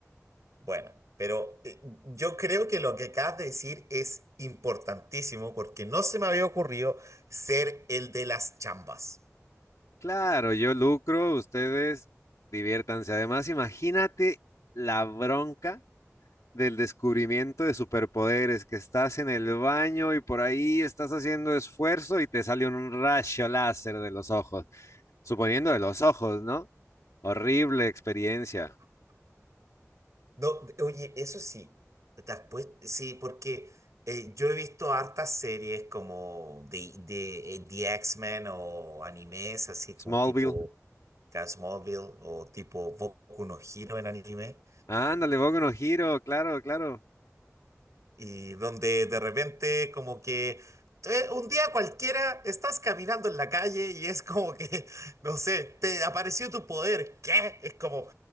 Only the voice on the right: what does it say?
Bueno, pero eh, yo creo que lo que acabas de decir es importantísimo porque no se me había ocurrido ser el de las chambas.
No, de- oye, eso sí, te has puest- sí, porque eh, yo he visto hartas series como de, de, eh, The X-Men o animes, así como
tipo Casmobile o tipo Boku no Hero en anime,
y donde de repente como que eh, un día cualquiera estás caminando en la calle y es como que, <laughs> no sé, te apareció tu poder. ¿Qué? Es como,